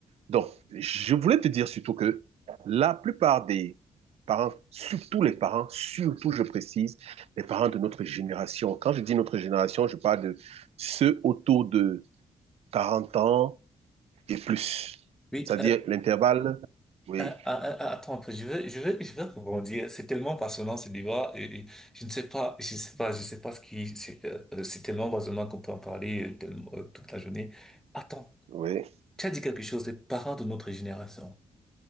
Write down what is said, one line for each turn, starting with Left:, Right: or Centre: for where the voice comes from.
Right: Donc, je voulais te dire surtout que la plupart des parents, surtout les parents, surtout, je précise, les parents de notre génération. Quand je dis notre génération, je parle de ceux autour de 40 ans et plus.
Centre: Oui,
Right: C'est-à-dire
Centre: euh,
Right: l'intervalle. Oui,
Centre: ah, ah, ah, ah, attends, un peu, je veux, je veux, je veux rebondir. C'est tellement passionnant ce débat. Et, et je ne sais pas, je sais pas, je sais pas ce qui, c'est euh, euh, c'est tellement passionnant qu'on peut en parler euh, tellement, euh, toute la journée. Attends.
Right: oui,
Centre: Tu as dit quelque chose des parents de notre génération.